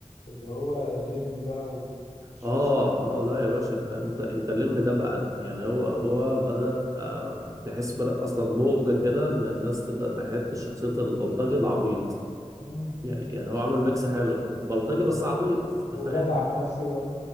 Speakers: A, on the left; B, on the right.
A: اللي هو الليمبي بقى والشخصية
B: اه
A: دي,
B: اه لا يا باشا انت انت الليمب ده بقى
A: دي.
B: يعني هو هو بدأ آه تحس بدأ اصلا موجة كده ان الناس تبدأ تحب شخصية البلطجي العبيط
A: مم.
B: يعني يعني هو عامل ميكس حلو بلطجي بس عبيط انت
A: وجدع
B: فاهم
A: في نفس الوقت